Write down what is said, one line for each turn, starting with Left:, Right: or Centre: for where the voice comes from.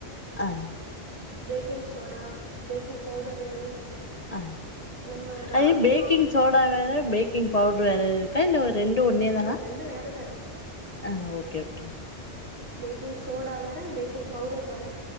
Left: ஆ
Right: பேக்கிங் சோடா பேக்கிங் பவுடர் வேணு
Left: அ
Right: நம்ம ராகி
Left: அது பேக்கிங்
Right: மா
Left: சோடா வேற பேக்கிங் பவுடரு வேற இருக்கா இல்ல ரெண்டு ஒன்னே தானா
Right: ரெண்டு வேற வேற
Left: ஆ ஓகே ஓகே
Right: பேக்கிங் சோடா வேற பேக்கிங் பவுடர் வேற